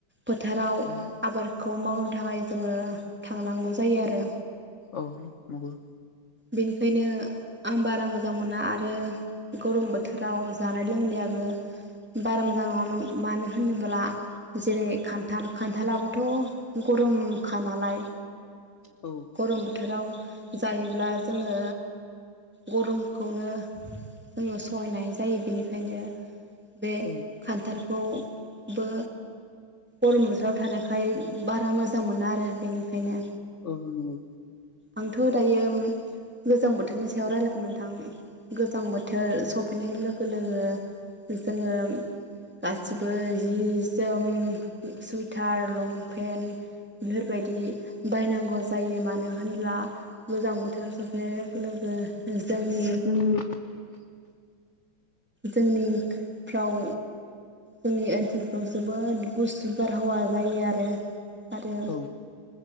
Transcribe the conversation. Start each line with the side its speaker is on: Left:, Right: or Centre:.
Centre: फोथाराव
Left: औ
Centre: आबादखौ मावनो थाखाय जोङो थांनांगौ जायो आरो
Left: औ नंगौ।
Centre: बेनिखायनो आं बारा मोजां मोना आरो गरम बोथोराव जानाय लोंनायाबो बारा मोजां नङा मानो होनोब्ला जेरै खान्थाल खान्थालाबो थ' गरमखा नालाय
Left: औ
Centre: गरम बोथोराव जायोब्ला जोङो गरमखौनो जोङो सहायनो हायि जायो बेनिखायनो बे
Left: औ
Centre: खान्थाल खौबो गरम बोथोराव थानाय ओय बारा मोजां मोना आरो बेनिखायनो।
Left: औ नंगौ।
Centre: आं थ'दायो गोजां बोथोरनि सायाव रायज्लायगोन नोंथां गोजां बोथोर सफैनाय लोगो लोगो जोङो गासिबो जि जोम सुइटार लंपेन्ट बेफोरबायदि बायनांगौ जायो मानो होनब्ला गोजां बोथोर स फैनाय लोगो लोगो जोंनि
Left: उम।
Centre: जोंनिफ्राव जोंनि ओनसोलफ्राव जोबोद गुसु बारहावा जायो आरो। आरो
Left: औ